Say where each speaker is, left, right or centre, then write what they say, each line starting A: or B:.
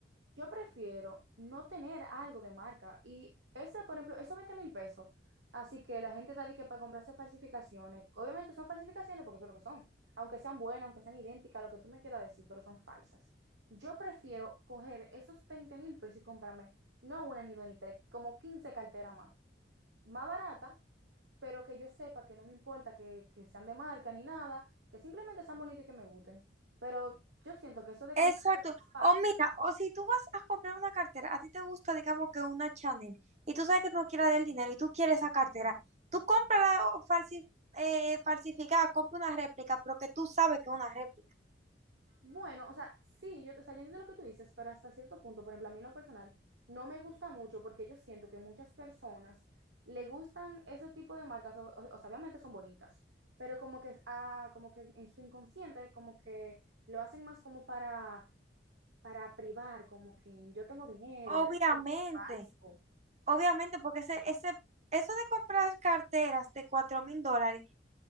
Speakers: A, on the right; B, on the right.
A: Yo prefiero no tener algo de marca y ese, por ejemplo, esos 20 mil pesos, así que la gente está de que para comprarse falsificaciones, obviamente son falsificaciones porque eso es lo que son, aunque sean buenas, aunque sean idénticas, lo que tú me quieras decir, pero son falsas. Yo prefiero coger esos 20 mil pesos y comprarme no una ni dos ni tres, como 15 carteras más, más barata, pero que yo sepa que no me importa que, que sean de marca ni nada, que simplemente sean bonitas y que me gusten. Pero yo siento que eso de
B: Exacto.
A: comprar cosas
B: O mira, o si tú vas a comprar una cartera, a ti te gusta, digamos que una Chanel, y tú sabes que tú no quieres dar el dinero y tú quieres esa cartera, tú cómprala o falsi- eh, falsificada, compra una réplica, pero que tú sabes que es una réplica.
A: Bueno, o sea, sí, yo, o sea, yo entiendo lo que tú dices, pero hasta cierto punto, por ejemplo, a mí en lo personal, no me gusta mucho porque yo siento que muchas personas le gustan ese tipo de marcas, o, o- o sea, obviamente son bonitas, pero como que, ah, como que en su inconsciente, como que lo hacen más como para, para privar, como que yo tengo dinero,
B: Obviamente,
A: y es falso.
B: obviamente, porque ese, ese, eso de comprar carteras de cuatro mil dólares